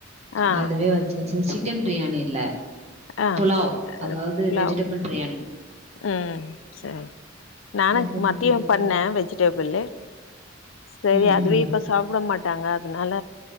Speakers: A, on the left; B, on the right.
A: ஆ
B: அதுவே வச்சாச்சு சிக்கன் பிரியாணி இல்ல
A: ஆ
B: புலாவ்
A: அ
B: அதாவது
A: புலாவ்
B: வெஜிடபிள் பிரியாணி
A: ம் செரி நா
B: வெஜிடபிள்
A: மத்தியம்
B: பிரியாணி
A: பண்ணே வெஜிடபிளு செரி
B: ம்
A: அதுவே
B: ம்
A: இப்ப சாப்ட மாட்டாங்க அதனால